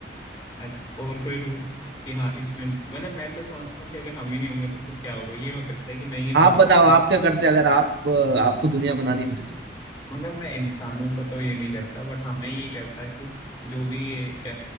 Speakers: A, on the left (about 25°); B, on the right (about 80°).
A: अच्छा और कोई रूल कि हाँ इसमें मतलब मैं तो समझता हूँ कि अगर हम ही नहीं होंगे तो फिर क्या होगा ये हो सकता है कि मैं ये मान
B: आप बताओ
A: सकता
B: आप
A: हूँ
B: क्या करते अगर आप अ, आपको दुनिया बनानी होती तो
A: मतलब मैं इंसानों को तो ये नहीं करता बट हाँ मैं ये करता कि जो भी ये